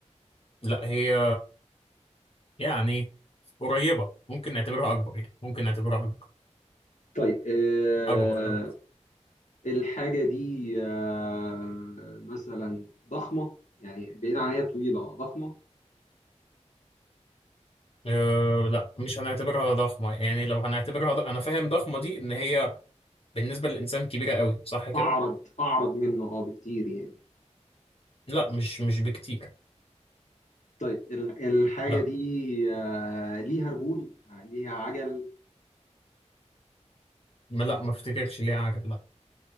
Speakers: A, on the left; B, on the left.
A: لا هي يعني قريبة ممكن نعتبرها أكبر يعني ممكن نعتبرها أكبر
B: طيب آه
A: أكبر أكبر
B: الحاجه دي آه مثلا ضخمه يعني بعيد عن هي طويله آه، ضخمه
A: أه لا مش هنعتبرها ضخمة يعني لو هنعتبرها ض... أنا فاهم ضخمة دي إن هي بالنسبة للإنسان كبيرة قوي صح كده؟
B: اعرض اعرض منه اه بكتير يعني
A: لا مش مش بكتير
B: طيب ال- الحاجة
A: لا
B: دي آه، ليها رجول آه، ليها عجل
A: ما لا ما افتكرش ليها عجل لا